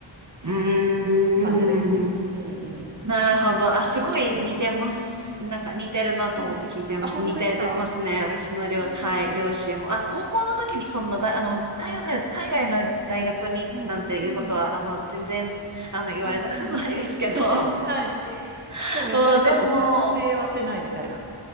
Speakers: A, on the right (about 40°); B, on the right (about 20°).
A: うーん。
B: 感じですね。うんう
A: なるほど。あ、すごい似てます。
B: ん。はい。
A: なんか似てるなと思って聞いてました。
B: はい。あ、本当ですか
A: 似てるますね。うちの両、
B: うん。
A: はい、両親も。あ、高校の時にそんなだ、あの、海外、海外の大学になんていうことは、
B: はい。うん。
A: あの、全然、あの、言われたくないですけど。
B: うんうん。<laughs> はい。
A: <laughs>
B: でもやっぱりちょっと賛成はしないみたいな。
A: うん、でも、